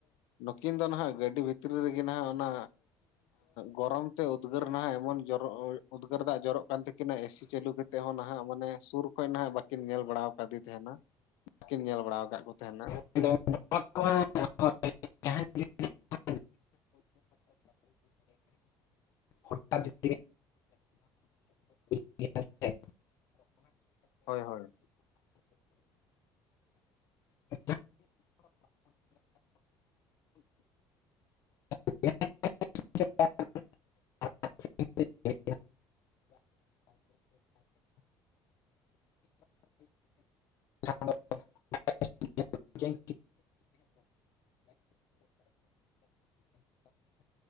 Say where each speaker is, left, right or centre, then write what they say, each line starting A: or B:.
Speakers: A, on the left; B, on the left.
A: ᱱᱩᱠᱤᱱ ᱫᱚ ᱱᱟᱦᱱᱟᱜ ᱜᱟᱹᱰᱤ ᱵᱷᱤᱛᱨᱤ ᱨᱮᱜᱮ ᱱᱟᱦᱱᱟᱜ ᱚᱱᱟ, ᱜᱚᱨᱚᱢ ᱛᱮ ᱩᱫᱽᱜᱟᱹᱨ ᱱᱟᱦᱟᱜ ᱮᱢᱚᱱᱚᱨ ᱩᱫᱽᱜᱟᱹᱨ ᱫᱟᱜ ᱡᱚᱨᱚᱜ ᱠᱟᱱ ᱛᱟᱹᱠᱤᱱᱟ ᱮᱥᱤ ᱪᱟᱹᱞᱩ ᱠᱟᱛᱮᱫ ᱦᱚᱸ ᱱᱟᱦᱟᱜ, ᱮᱸ ᱢᱟᱱᱮ ᱥᱩᱨ ᱠᱷᱚᱡ ᱱᱟᱦᱟᱜ ᱵᱟᱹᱠᱤᱱ ᱧᱮᱞ ᱵᱟᱲᱟ ᱠᱟᱫᱮ ᱛᱟᱦᱮᱸᱱᱟ ᱵᱟᱟᱹᱠᱤᱱ ᱧᱮᱞ ᱵᱟᱲᱟ ᱟᱠᱟᱫ ᱠᱚ ᱛᱟᱦᱮᱸᱱᱟ᱾
B: <inaudible> <inaudible> <inaudible>
A: ᱦᱳᱭ ᱦᱳᱭ
B: ᱟᱪᱪᱷᱟ, <inaudible> <unintelligible>